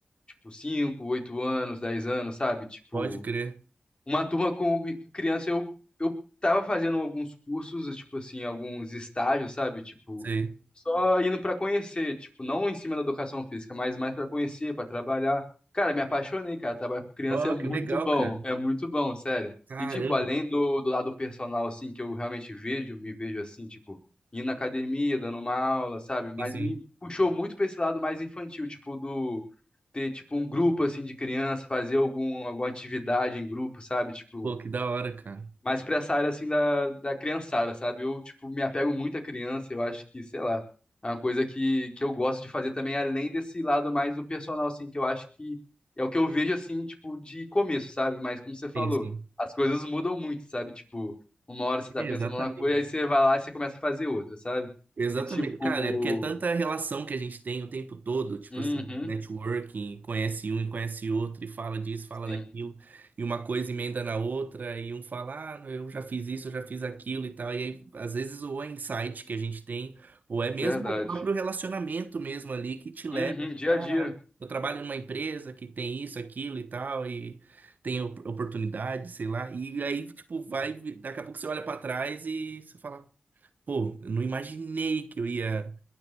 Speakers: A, on the left (about 30°); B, on the right (about 70°).
A: tipo, 5 8 anos, 10 anos, sabe? Tipo,
B: pode crer.
A: uma turma com, com criança, eu, eu tava fazendo alguns cursos, tipo assim, alguns estágios, sabe? Tipo,
B: Sei.
A: só indo pra conhecer, tipo, não em cima da educação física, mas mais pra conhecer, pra trabalhar. Cara, me apaixonei, cara. Trabalhar com criança
B: Ó,
A: é muito
B: que legal,
A: bom,
B: cara.
A: é muito bom, sério.
B: Caramba.
A: E, tipo, além do, do lado personal, assim, que eu realmente vejo, me vejo assim, tipo, indo na academia, dando uma aula, sabe? Mas
B: Sim, sim.
A: me puxou muito pra esse lado mais infantil, tipo, do ter tipo um grupo assim de criança, fazer algum, alguma atividade em grupo, sabe? Tipo,
B: Pô, que da hora, cara.
A: mais pra essa área assim da, da criançada, sabe? Eu tipo me apego muito à criança, eu acho que, sei lá, é uma coisa que, que eu gosto de fazer também além desse lado mais do personal assim, que eu acho que é o que eu vejo assim, tipo, de começo, sabe? Mas como você falou,
B: Sim, sim.
A: as coisas mudam muito, sabe? Tipo, uma hora você tá
B: É,
A: pensando
B: exatamente.
A: numa coisa, aí você vai lá e você começa a fazer outra, sabe?
B: Exatamente.
A: E tipo,
B: Cara, é porque é tanta relação que a gente tem o tempo todo, tipo
A: uhum,
B: assim, networking, conhece um e conhece outro, e fala disso, fala
A: sim,
B: daquilo, e uma coisa emenda na outra, e um fala, ah, eu já fiz isso, eu já fiz aquilo e tal. E aí, às vezes, ou é insight que a gente tem, ou é mesmo
A: verdade.
B: o próprio relacionamento mesmo ali que te leva,
A: Uhum,
B: tipo,
A: dia
B: ah,
A: a dia.
B: eu trabalho numa empresa que tem isso, aquilo e tal, e tem op- oportunidade, sei lá. E aí, tipo, vai, daqui a pouco você olha pra trás e você fala. Pô, eu não imaginei que eu ia